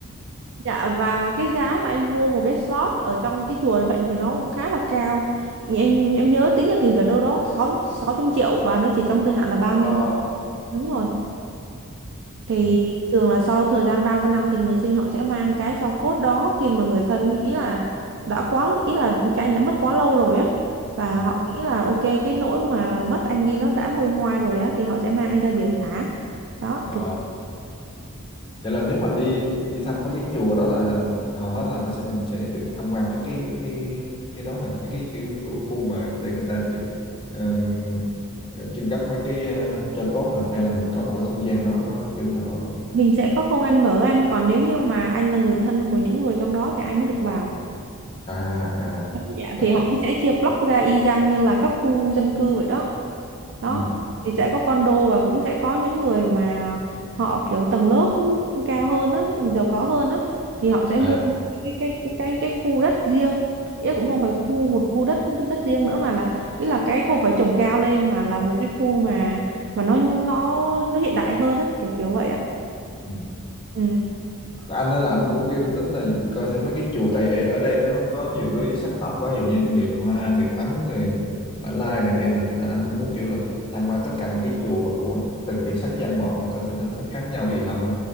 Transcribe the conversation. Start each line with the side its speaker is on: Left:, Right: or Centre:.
Right: Dạ và cái giá mà anh mua một cái slot ở trong cái chùa như vậy thì nó cũng khá là cao. Em em nhớ tính ra tiền về đâu đó sáu sáu trăm triệu và nó chỉ trong thời hạn là ba
Left: Wow.
Right: mươi năm. Đúng rồi. Thì
Left: ừ.
Right: thường là sau thời gian 30 năm thì người sinh họ sẽ mang cái tro cốt đó khi mà người thân nghĩ là đã quá ý là cái anh đã mất quá lâu rồi á và
Left: ừ.
Right: họ nghĩ là ok cái nỗi mà mất anh đi nó đã nguôi ngoai rồi á thì họ sẽ mang anh ra biển thả. Đó,
Left: Ờ.
Right: kiểu
Left: ờ. vậy là nếu mà đi đi thăm mấy cái chùa đó là hầu hết là nó sẽ mình sẽ được tham quan mấy cái cái cái đó hả mấy cái kiểu khu, khu mà để người ta trưng- ừm, ờ, trưng cất mấy cái ờ, tro cốt hả hay là mình có một cái không gian nó nó kiểu là nó
Right: mình sẽ có không ăn mở anh còn nếu như mà anh là người thân của những người trong đó thì anh mới được vào
Left: à à
Right: dạ
Left: tại,
Right: thì họ cũng sẽ chia block ra y chang như là các khu dân cư vậy đó đó
Left: ừ,
Right: thì sẽ có condo và cũng sẽ có những người mà họ kiểu tầng lớp cao hơn á giàu có hơn á thì họ sẽ
Left: à
Right: mua cái cái cái cái cái khu đất riêng ý là cũng không phải khu một khu đất đất riêng nữa mà là ý là cái không phải trồng cao lên mà là một cái khu mà mà nó nó nó hiện đại hơn á kiểu kiểu vậy ạ.
Left: ừ.
Right: ừ.
Left: anh nói là anh cũng kêu tính là coi thêm mấy cái chùa tại ở ở đây nó có nhiều cái sắc tộc quá ví dụ như người Hoa người Ấn người Mã Lai này kia nè nên anh cũng muốn kiểu là tham quan tất cả những cái chùa mà của từng cái sắc dân một á coi thử nó có khác nhau gì không á